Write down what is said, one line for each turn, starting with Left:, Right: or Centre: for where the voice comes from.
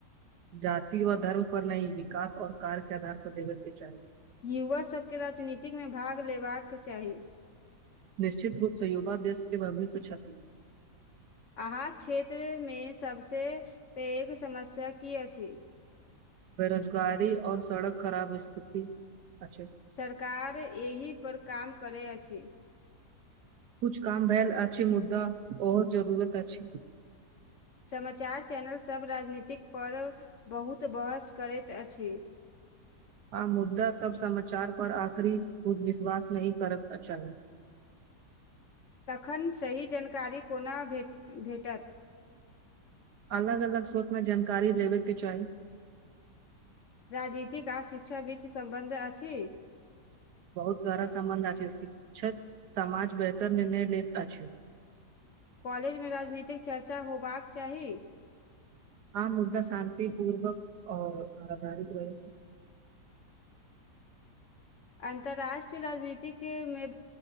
Right: जाति व धर्म पर नहि विकास आऔ कार्य के आधार पर देवस के चाही।
Left: युवा सबके राजनीतिक मे भाग लेबाक चाही।
Right: निश्चित रूपसँ युवा देश के भविष्य छ्षाति
Left: अहाँक क्षेत्रमे सभसँ पैघ समस्या की अछि।
Right: बेरोजगारी और सड़क खराब स्थिति। अच्छा
Left: सरकार एहिह पर काम। करै छी।
Right: कुछ काम भेलैल अच्छे मुद्दा आ जरूरत अचछी।
Left: समाचार चैनल सब राजनीति पर्व बहुत बहस करैत अछि।
Right: आ मुद्दा सब समाचार पर आखिरी विश्वास नहि कर चाही।
Left: तखन सही जानकारी कोना भेटत।
Right: अलग अलग स्रोतमें जानकारी लेबेके चाही।
Left: राजनीतिक आ शिक्षा बीच सम्बन्ध अछि।
Right: बहुत गरा सम्बन्ध अछि शिक्षक समाज बेहतर निर्णय लैत अछि।
Left: कॉलेजमे राजनीतिक चर्चा होबाक चाही।
Right: आम मुद्दा शान्ततिपूर्वक आऔर आधारित रहै
Left: अन्तर्राष्ट्रीय राजनीतिमे